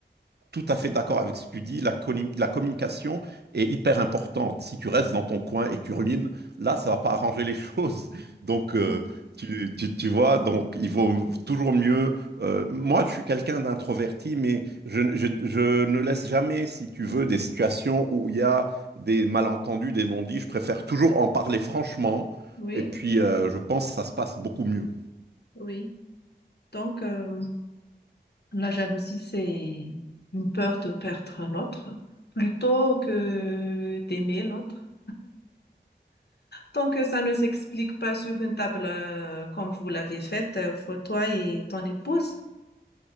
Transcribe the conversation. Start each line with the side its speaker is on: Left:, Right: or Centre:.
Right: tout à fait d'accord avec ce que tu dis. La, conni- la communication est hyper importante. Si tu restes dans ton coin et tu rumines, là, ça va pas arranger les <laughs> choses. Donc, euh,
Left: Mhm.
Right: tu, tu- tu vois, donc il vaut toujours mieux. euh, moi, je suis quelqu'un d'introverti, mais je, je- je ne laisse jamais, si tu veux, des situations où il y a des malentendus, des non-dits. Je préfère toujours en parler franchement.
Left: oui.
Right: Et puis, euh, je pense que ça se passe beaucoup mieux.
Left: Oui, donc euh, la jalousie, c'est une peur de perdre l'autre plutôt que d'aimer l'autre. Tant que ça ne s'explique pas sur une table euh, comme vous l'avez faite, euh, pour toi et ton épouse,